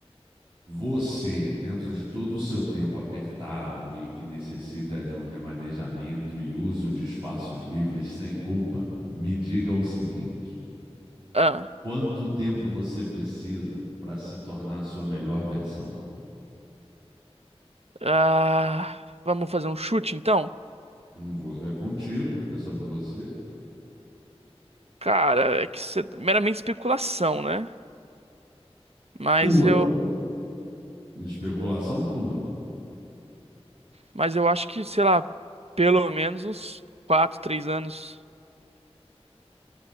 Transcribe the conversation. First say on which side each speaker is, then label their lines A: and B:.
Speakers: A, on the right; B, on the right.
A: Você, dentro de todo o seu tempo apertado e que necessita de um remanejamento e uso de espaços livres sem culpa, me diga o seguinte:
B: Ah,
A: quanto tempo você precisa para se tornar a sua melhor versão?
B: ah, vamos fazer um chute então?
A: Não vou- É contigo, é sobre você.
B: Cara, é que isso é meramente especulação, né? Mas
A: Tua.
B: eu,
A: Especulação tua.
B: mas eu acho que, sei lá, pelo menos uns 4, 3 anos.